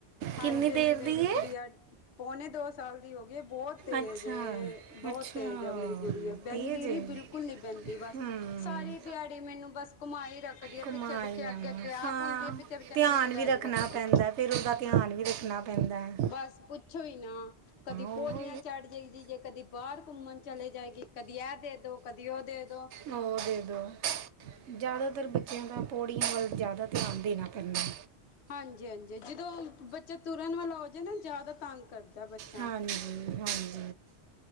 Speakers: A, on the left; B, on the right.
A: ਹਾਂਜੀ-
B: ਕਿੰਨੀ ਦੇਰ
A: ਹਾਂਜੀ ਮੇਰੀ
B: ਦੀ ਹੈ
A: ਗੁੜੀਆ ਪਉਣੇ ਦੋ ਸਾਲ ਦੀ ਹੋ। ਬਹੁਤ ਤੇਜ
B: ਅੱਛਾ
A: ਏ ਬਹੁਤ
B: ਅੱਛਾ
A: ਤੇਜ ਆ ਮੇਰੀ ਗੁੜੀਆ ਆ ਬਹਿੰਦੀ
B: ਤੇਜ ਹੈ
A: ਨੀ ਬਿਲਕੁਲ ਕੁਲ ਨੀ ਪੈਂਦੀ ਬਸ
B: ਹਮ
A: ਸਾਰੀ ਦਿਹਾੜੀ ਮੈਨੂੰ ਬਸ ਘੁਮਾਈ ਰੱਖਦੀ ਏ
B: ਕਮਾਲ
A: ਪਿੱਛੇ-ਪਿੱਛੇ,
B: ਹੈ
A: ਅੱਗੇ-ਅੱਗੇ ਆਪ
B: ਹਾਂ
A: ਹੁੰਦੀ ਏ। ਪਿੱਛੇ -ਪਿੱਛੇ
B: ਧਿਆਨ
A: ਮੈਨੂੰ ਭਜਾਈ
B: ਵੀ ਰੱਖਣਾ
A: ਰੱਖਦੀਏ।
B: ਪੈਂਦਾ ਫਿਰ ਉਹਦਾ ਧਿਆਨ ਵੀ ਰੱਖਣਾ ਪੈਂਦੈ ਐ।
A: ਬਸ ਪੁੱਛੋ ਈ ਨਾ ਕਦੀ
B: ਉਹ
A: ਪੋੜੀਆਂ ਚੜ ਜਾਂਈਦੀ ਜੇ ਕਦੀ ਬਾਹਰ ਘੁੰਮਣ ਚਲੇ ਜਾਏਗੀ ਕਦੀ ਇਹ ਦੇ ਦੋ, ਕਦੀ ਉਹ ਦੇ ਦੋ।
B: ਹੋ ਦੇਦੋ ਜ਼ਿਆਦਾ ਉੱਧਰ ਬੱਚਿਆਂ ਦਾ ਪੌੜੀਆਂ ਵੱਲ ਜ਼ਿਆਦਾ ਧਿਆਨ ਦੇਣਾ ਪੈਂਨਾ।
A: ਹਾਂਜੀ-ਹਾਂਜੀ ਜਦੋਂ ਬੱਚਾ ਤੁਰਨ ਵਾਲਾ ਹੋ ਜੇ ਨਾ ਜ਼ਿਆਦਾ ਤੰਗ ਕਰਦਾ। ਬੱਚਾ
B: ਹਾਂਜੀ-ਹਾਂਜੀ